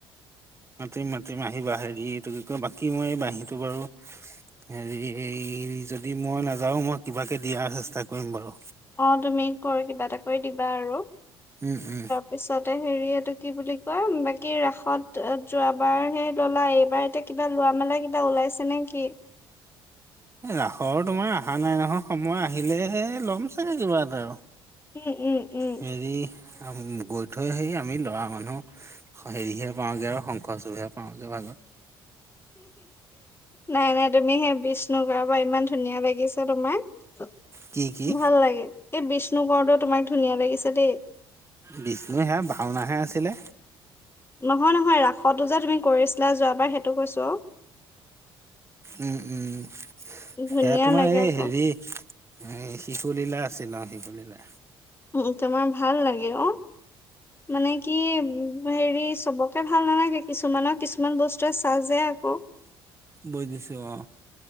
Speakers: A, on the right; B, on the left.
A: মাতিম মাতিম আহি বা হেৰি এইটো কি কয় বাকী মই বাঁহীটো বাৰু। হেৰি যদি মই নাযাও মই কিবাকে দিয়াৰ চেষ্টা কৰিম বাৰু।
B: অ তুমি কৰি কিবা এটা কৰি দিবা আৰু।
A: উম হুম।
B: পিছতে হেৰি এইটো কি বুলি কয় বাকি ৰাসত যোৱাবাৰ হে ললা এইবাৰ এতিয়া, কিবা লোৱা মেলা কিবা ওলাইছে নে কি?
A: এই ৰাসৰ তোমাৰ অহা নাই নহয় সময় আহিলেহে ল'ম ছাগৈ কিবা এটা আৰু।
B: এ এ এ।
A: হেৰি গৈ থৈ আহে আমি ল'ৰা মানুহ। সেৰিহে পাওঁগে আৰু শংকৰ চোৰহে পাওঁগে ভাগত।
B: নাই নাই তুমি সেই বিষ্ণু কৰা পৰা ইমান ধুনীয়া লাগিছে তোমাক।
A: কি কি
B: ভাল লাগে এই বিষ্ণু কৰোটেউ তোমাক ধুনীয়া লাগিছে দেই।
A: বিষ্ণু সেয়া ভাওনাহে আছিলে।
B: নহয় নহয় ৰাসতো যে কৰিছিলা যোৱাবাৰ সেইটো কৈছো অ।
A: উম উম
B: অ ধুনীয়া
A: সেয়া তোমাৰ
B: লাগে
A: এই
B: আকৌ
A: হেৰি। এ শিশুলীলা আছিল অ শিশুলীলা।
B: উ তোমাৰ ভাল লাগে অ মানে কি হেৰি চবকে, ভাল নালাগে কিছুমানৰ কিছুমান বস্তুৱে চা যে আক।
A: বৈ দিছো অ।